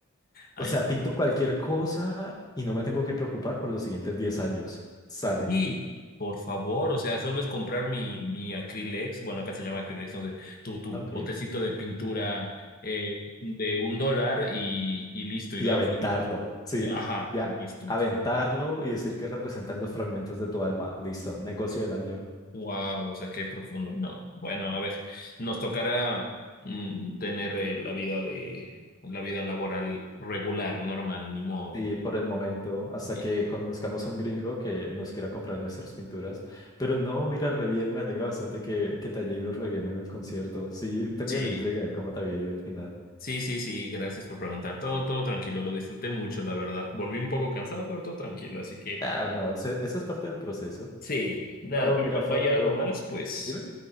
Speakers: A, on the left (about 45°); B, on the left (about 20°).
A: Ay,
B: O sea, pinto cualquier cosa y no me tengo que preocupar por los siguientes 10 años. Sale.
A: Sí, por favor, o sea, solo es comprar mi, mi Acrylex, bueno, acá se llama Acrylex, no sé, tu, tu
B: Ok.
A: botecito de pintura eh, de un dólar y, y listo, y
B: Y
A: gano.
B: aventarlo, sí,
A: eh, ajá,
B: ya,
A: y listo.
B: aventarlo y decir que representan los fragmentos de tu alma. Listo, negocio del año.
A: Wow, o sea, qué profundo. No, bueno, a ver, nos tocará mm, tener eh, la vida de, la vida laboral regular, normal, ni modo.
B: Y por el momento, hasta
A: Y-
B: que conozcamos un gringo que nos quiera comprar nuestras pinturas. Pero no, mira, re bien, me alegra bastante que, que te haya ido re bien en el concierto. Sí, tenía
A: Sí,
B: la intriga de cómo te había ido al final.
A: sí, sí, sí, gracias por preguntar. Todo, todo tranquilo, lo disfruté mucho, la verdad. Volví un poco cansado, pero todo tranquilo, así que.
B: Ah, no, ese- esa es parte del proceso.
A: Sí, nada,
B: No,
A: pero
B: mira,
A: cuando
B: Fabio,
A: haya algo más, pues,
B: dime.